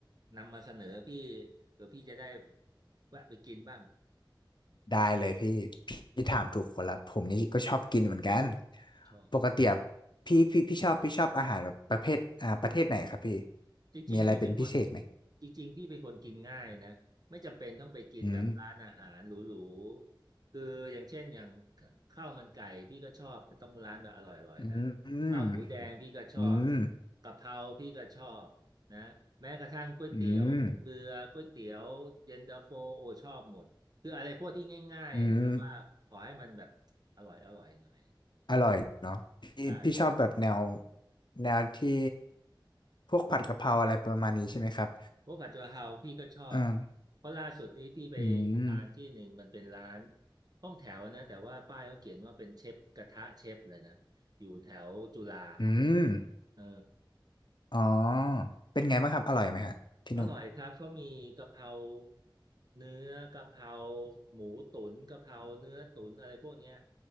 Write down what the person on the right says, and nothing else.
นำมาเสนอพี่เผื่อพี่จะได้แวะไปกินบ้าง
ชอบ
จริงๆพี่เป็นคน
จริงๆพี่เป็นคนกินง่ายนะไม่จำเป็นต้องไปกินแบบร้านอาหารหรู
ๆคืออย่างเช่นอย่างข้าวมันไก่พี่ก็ชอบแต่ต้องร้านแบบอร่อยๆนะ
ข้าวหมูแดงพี่ก็ชอบ
กะเพราพี่ก็ชอบนะแม้กระทั่งก๋วยเตี๋ยวเรือก๋วยเตี๋ยวเย็นตาโฟโอชอบหมดคืออะไรพวกที่ง่ายๆอ่ะแต่ว่าขอให้มันแบบอร่อยอร่อยหน่อย
ใช่
เพวกผัดกะเพราพี่ก็ชอบ
เพราะล่าสุดนี้พี่ไปทานที่หนึ่งมันเป็นร้าน
ห้องแถวนะแต่ว่าป้ายเขาเขียนว่าเป็นเชฟกระทะเชฟเลยนะอยู่แถวจุฬา
เออ
อร่อยครับเขามีกะเพราเนื้อกะเพราหมูตุ๋นกะเพราเนื้อตุ๋นอะไรพวกเนี้ย